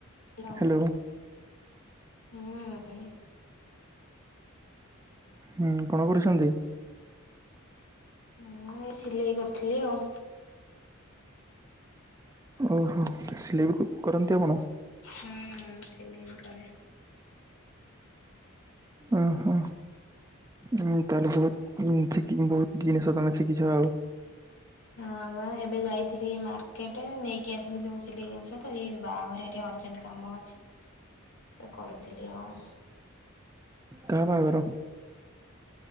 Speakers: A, on the left; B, on the right.
A: <unintelligible>
B: Hello.
A: ହୁଁ
B: ହୁଁ କଣ କରୁଛନ୍ତି?
A: ମୁଁ ଏ ସିଲେଇ କରିଥିଲି ଆଉ
B: ଓହୋ ସିଲେଇ ବି କରନ୍ତି ଆପଣ।
A: ହୁଁ ସିଲେଇ ବି କରେ।
B: ଉ ହୁଁ। ହଁ ତାହେଲେ ବହୁତ ହୁଁ ଶିଖି ବହୁତ ଜିନିଷ ତମେ ଶିଖିଛ ଆଉ
A: ହଁ ବା ଏବେ ଯାଇଥିଲି ମାର୍କେଟ ନେଇକି ଆସିଲି ସବୁ ସିଲେଇ ଜିନିଷ ତ ଏଇ ବାହାଘରେ ଟିକିଏ ଅର୍ଜେଣ୍ଟ କାମ ଅଛି ଏ କରୁଥିଲି ଆଉ।
B: କା ବାହାଘର?